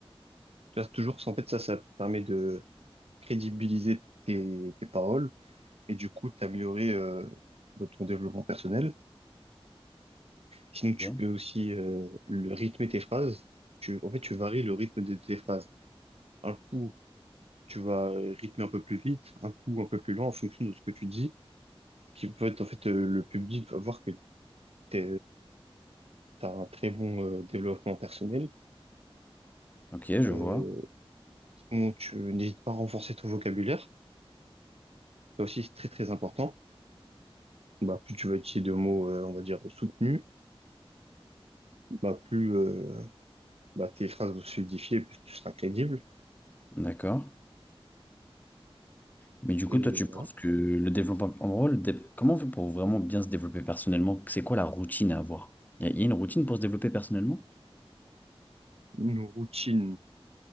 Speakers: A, on the right; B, on the left.
A: Tu vois, toujours, en fait, ça, ça te permet de crédibiliser tes, tes paroles et du coup, t'améliorer euh, de ton développement personnel. Sinon, tu
B: Ok,
A: peux aussi euh, le rythmer tes phrases. Tu, en fait, tu varies le rythme de tes phrases. Un coup, tu vas euh, rythmer un peu plus vite, un coup un peu plus lent en fonction de ce que tu dis, ce qui peut être en fait euh, le public va voir que tu as un très bon euh, développement personnel.
B: Ok, je
A: Euh,
B: vois.
A: sinon, tu n'hésites pas à renforcer ton vocabulaire. Ça aussi, c'est très très important. Bah, plus tu vas utiliser de mots, euh, on va dire, soutenus, bah, plus euh, bah, tes phrases vont se solidifier, plus tu seras crédible.
B: D'accord. Mais du
A: Et
B: coup, toi, tu
A: euh,
B: penses que le développement, en gros, le dé- comment on fait pour vraiment bien se développer personnellement? C'est quoi la routine à avoir? Il y, a y a une routine pour se développer personnellement?
A: une routine,